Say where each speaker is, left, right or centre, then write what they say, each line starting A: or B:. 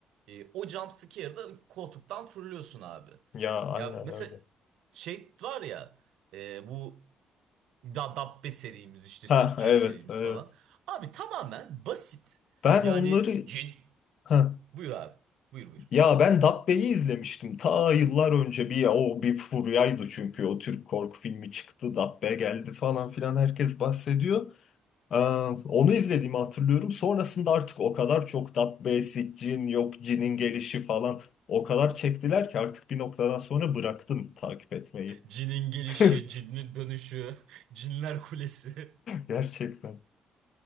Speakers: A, on the right; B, on the left.
A: e, o jump scare'da koltuktan fırlıyorsun abi.
B: Ya aynen
A: Ya mesela
B: öyle.
A: şey var ya e, bu da Dabbe serimiz işte
B: Ha
A: Siccin
B: evet
A: serimiz
B: evet.
A: falan. Abi tamamen basit.
B: Ben
A: Yani
B: onları
A: cin
B: <laughs>
A: buyur abi buyur buyur.
B: Ya ben Dabbe'yi izlemiştim ta yıllar önce bir o bir furyaydı çünkü o Türk korku filmi çıktı Dabbe geldi falan filan herkes bahsediyor. Ee, onu izlediğimi hatırlıyorum. Sonrasında artık o kadar çok Dabbe, Siccin, yok Cin'in gelişi falan o kadar çektiler ki artık bir noktadan sonra bıraktım takip etmeyi.
A: Cinin gelişi,
B: <laughs>
A: cinin dönüşü, <laughs> cinler kulesi. <laughs>
B: Gerçekten.